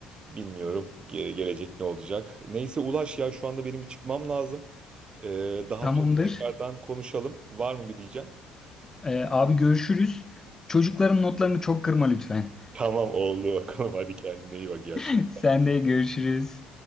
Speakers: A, on the right (about 35°); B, on the left (about 20°).
A: Bilmiyorum ge- gelecek ne olacak. Neyse Ulaş ya şu anda benim bir çıkmam lazım. Ee, daha
B: tamamdır.
A: sonra tekrardan konuşalım. Var mı bir diyeceğim?
B: E, abi görüşürüz. Çocukların notlarını çok kırma lütfen.
A: Tamam oldu bakalım hadi kendine iyi bak iyi
B: <laughs>
A: akşamlar.
B: Sen de görüşürüz.